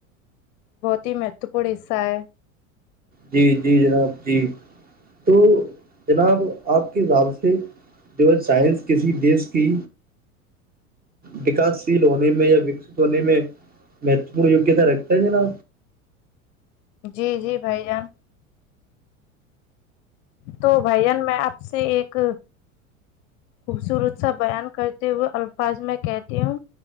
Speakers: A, on the left; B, on the right.
A: بہت ہی مہتوپورن حصہ ہے
B: جی جی جناب جی تو جناب آپ کے حساب سے جو سائنس کسی دیش کی وکاس شیل ہونے میں یا وکست ہونے میں مہتوپورن یوگیہتا رکھتا ہے نا
A: جی جی بھائی جان تو بھین میں آپ سے ایک خوبصورت سا بیان کرتے ہوئے الفاظ میں کہتی ہوں